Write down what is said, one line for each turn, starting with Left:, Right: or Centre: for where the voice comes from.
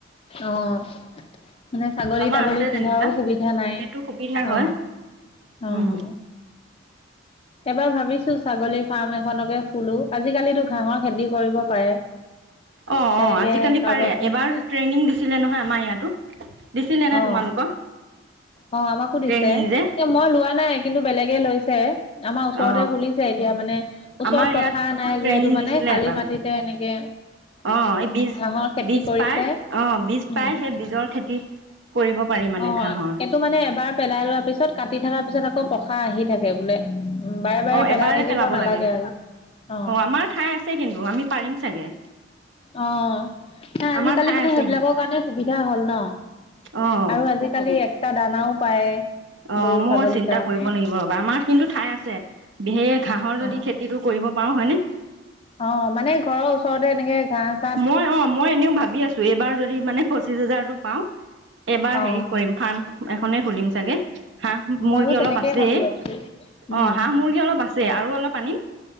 Left: অ'। মানে ছাগলী
Right: আমাৰ
Left: তাগলী
Right: আছে
Left: পোহাও
Right: যেনিবা
Left: সুবিধা নাই
Right: সেইটো সুবিধা
Left: অ',
Right: হয়
Left: অ',
Right: উম
Left: অ'। এবাৰ ভাবিছো ছাগলীৰ ফাৰ্ম এখনকে খুলো আজিকালিতো ঘাঁহৰ খেতি কৰিব পাৰে। <inaudible>
Right: অ',
Left: তেনেকে
Right: অ', আজিকালি
Left: কাৰোবাৰ
Right: পাৰে
Left: পৰা
Right: এবাৰ ট্ৰেইনিং দিছিলে নহয় আমাৰ ইয়াতো। দিছিলে নে
Left: অ',
Right: তোমালোকক
Left: অ', আমাকো দিছে
Right: ট্ৰেইনিং যে
Left: এ মই লোৱা নাই কিন্তু বেলেগে লৈছে। আমাৰ ওচৰতে
Right: অ
Left: খুলিছে এতিয়া মানে ওচৰত
Right: আমাৰ
Left: পথাৰ
Right: ইয়াত
Left: নাই
Right: ট্ৰেইনিং
Left: যিহেতু মানে
Right: দিছিলে
Left: শালি
Right: এবাৰ
Left: মাটিতে এনেকে
Right: অ', এই বীজ
Left: ঘাঁহৰ খেতি
Right: বীজ
Left: কৰিছে
Right: পাই অ', বীজ
Left: উম,
Right: পাই সেই বীজৰ খেতি কৰিব পাৰি। মানে
Left: অ',
Right: ঘাঁহৰ
Left: সেইটো মানে এবাৰ পেলাই লোৱাৰ পিছত কাটি থকাৰ পিছত আকৌ পসা আহি থাকে বোলে। বাৰে বাৰে
Right: অ',
Left: পেলাই
Right: এবাৰে
Left: থাকিব
Right: পেলাব
Left: নালাগে
Right: লাগে
Left: আৰু অ'।
Right: আমাৰ খাই আছে কিন্তু আমি পাৰিম চাগে।
Left: অ', নাই
Right: আমাৰ
Left: আজিকালি
Right: ঠাই
Left: মানে
Right: আছে
Left: সেইবিলাকৰ
Right: কিন্তু
Left: কাৰণে সুবিধা হ'ল ন'
Right: অ',
Left: আৰু আজি খালি এক্সট্ৰা দানাও পায়।
Right: অ',
Left: গৰু
Right: মই
Left: ছাগলীৰ
Right: চিন্তা
Left: কাৰণে
Right: কৰিব লাগিব ৰ'বা আমাৰ কিন্তু ঠাই আছে ধেৰ ঘাঁহৰ
Left: অ'।
Right: যদি খেতি টো কৰিব পাৰো হয়নে।
Left: অ', মানে ঘৰৰ ওচৰতে এনেকে ঘাহ
Right: মই অ', মই এনেও ভাবি আছো এইবাৰ যদি মানে পঁচিশ হাজাৰতটো পাও এইবাৰ
Left: অ',
Right: হেৰি কৰিম। ফাৰ্ম এখনে খুলিম চাগে হাঁহ
Left: ময়ো
Right: মুৰ্গী
Left: তেনেকেই
Right: অলপ আছেই।
Left: ভাবি আছো। উম,
Right: অ', হাঁহ মুৰ্গী অলপ আছে আৰু অলপ আনিম